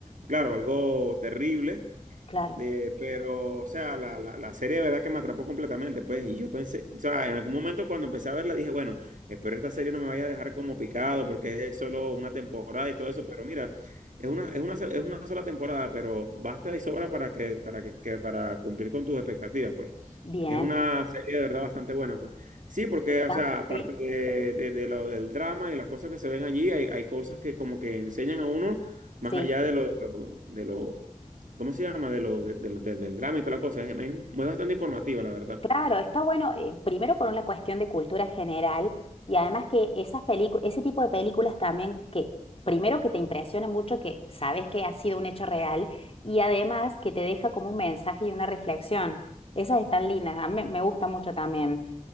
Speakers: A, on the right; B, on the left.
A: claro, algo terrible,
B: Claro.
A: eh, pero, o sea, la, la, la serie de verdad que me atrapó completamente, pues, y yo pensé, o sea, en algún momento cuando empecé a verla dije, bueno, espero esta serie no me vaya a dejar como picado porque es solo una temporada y todo eso, pero mira, es una, es una, so- es una sola temporada, pero basta y sobra para que, para que, que- para cumplir con tus expectativas, pues.
B: Bien.
A: Es una serie de verdad bastante buena, pues. Sí, porque,
B: ¿está?
A: o sea, aparte
B: sí
A: de, de- de lo del drama y las cosas que se ven allí, hay, hay cosas que como que enseñan a uno más
B: Sí.
A: allá de lo, de lo, de lo- ¿cómo se llama? De lo, de- de lo- del del drama y toda la cosa. Es, es muy bastante informativa, la verdad.
B: Claro, está bueno, eh, primero por una cuestión de cultura general y además que esas películas, ese tipo de películas también que primero que te impresiona mucho que sabes que ha sido un hecho real y además que te deja como un mensaje y una reflexión. Esas están lindas, a mí me me gusta mucho también